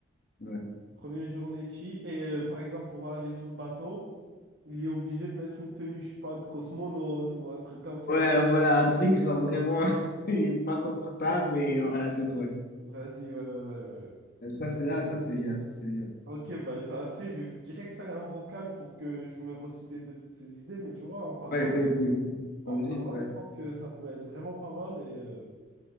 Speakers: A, on the left (about 50°); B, on the right (about 60°).
A: Ouais.
B: Première journée chill. Et euh, par exemple, pour aller sur le bateau, il est obligé de mettre une tenue, je sais pas, de cosmonaute ou un truc comme ça.
A: Ouais, voilà, un truc genre vraiment, <laughs> il est pas confortable, mais voilà, c'est drôle.
B: Vas-y, ouais, ouais, ouais. ouais.
A: Euh, Ça, c'est là, ça, c'est IA, ça, c'est IA.
B: Ok, bah, fa- après, je vais direct faire un vocal pour que je me ressouvienne de toutes ces idées, mais tu vois, en parlant,
A: Ouais, il faut, il faut, il faut.
B: en
A: T'enregistres,
B: parlant,
A: ouais.
B: je pense que ça peut être vraiment pas mal. Et euh,